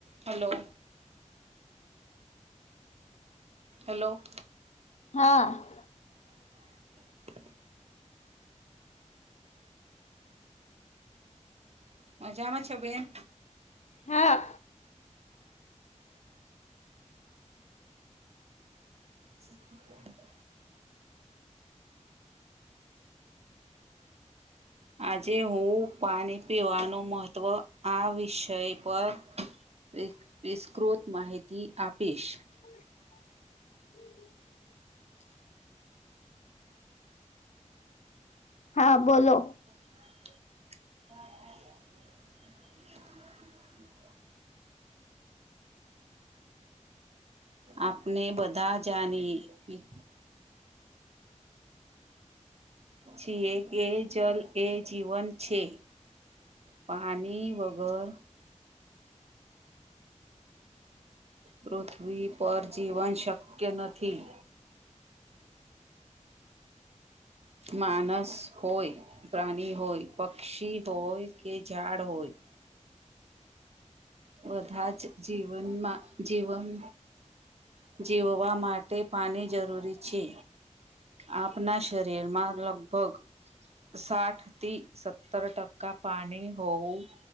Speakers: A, on the right; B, on the left.
A: Hello. Hello.
B: હા.
A: <unintelligible> મજામાં છો બેન?
B: હા.
A: <unintelligible> આજે હું પાણી પીવાનું મહત્ત્વ આ વિષય પર વી વિસ્કૃત માહિતી આપીશ.
B: <unintelligible> હા બોલો.
A: <unintelligible> <unintelligible> આપને બધા જાનીએ ઈ છીએ કે જલ એ જીવન છે. પાની વગર પૃથ્વી પર જીવન શક્ય નથી. માનસ હોય પ્રાની હોય પક્ષી હોય કે ઝાડ હોય બધા જ જીવનમાં જીવન જીવવા માટે પાની જરૂરી છે. આપના શરીર માં લગભગ સાઠ થી સત્તર ટકા પાની હોવું